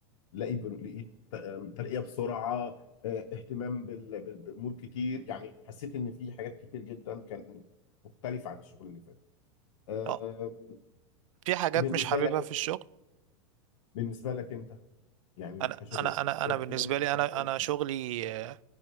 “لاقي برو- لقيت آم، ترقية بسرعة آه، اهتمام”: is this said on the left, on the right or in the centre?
Left